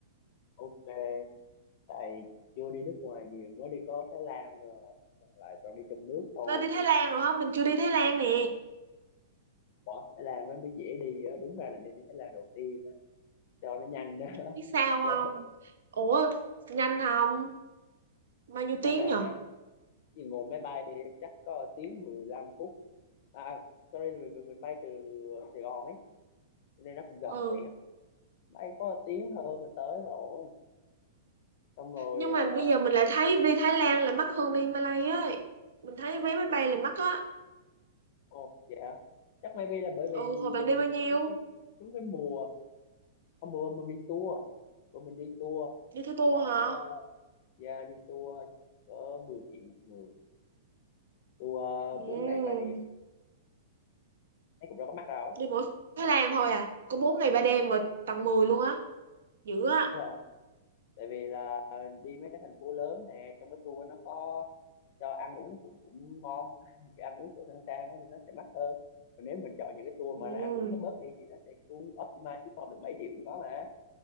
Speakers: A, on the left (about 50°); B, on the right (about 70°).
A: ok tại chưa đi nước ngoài nhiều mới đi có Thái Lan rồi còn lại toàn đi trong nước thôi
B: nó đi Thái Lan rồi hả mình chưa đi Thái Lan nè
A: bỏ Thái Lan nó mới dễ đi á đúng ra là nên đi Thái Lan đầu tiên á cho nó nhanh á
B: biết
A: <laughs>
B: sao
A: chứ
B: không ủa nhanh không bao nhiêu
A: nhanh
B: tiếng
A: mà á,
B: nhở
A: vì ngồi máy bay chắc có tiếng mười lăm phút à sorry mình, mình, mình bay từ Sài Gòn ấy nên nó cũng gần
B: ừ
A: thiệt bay có tiếng hơn mà tới rồi xong rồi
B: nhưng
A: ờ,
B: mà bây giờ mình lại thấy đi Thái Lan lại mắc hơn đi Malay ấy mình thấy vé máy bay lại mắc á
A: ồ vậy hả chắc maybe là bởi vì
B: ừ hồi bạn đi
A: mùa
B: bao nhiêu
A: cái, cái đúng cái mùa hôm bữa mình đi tour bữa mình đi tour
B: đi theo tour
A: khoảng
B: hả
A: ờ, ra đi tour cỡ 10 triệu một người tour
B: ừ
A: uh, 4 ngày ba đêm thấy cũng đâu có mắc đâu
B: đi mỗi Thái
A: đúng
B: Lan
A: không
B: thôi à có 4 ngày 3 đêm mà tặng 10 luôn á dữ á
A: đúng rồi tại vì là đi mấy cái thành phố lớn nè trong cái tour nó có cho ăn uống cũng cũng ngon <laughs> cái ăn uống chỗ nó sang ấy, nên nó sẽ mắc hơn còn nếu mình chọn những cái tour
B: ừ
A: mà nó ăn uống nó bớt đi thì nó sẽ xuống optimize xuống còn được 7 triệu cũng có mà